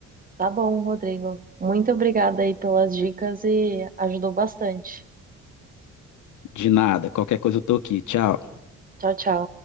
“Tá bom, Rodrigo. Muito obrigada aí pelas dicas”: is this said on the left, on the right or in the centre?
Right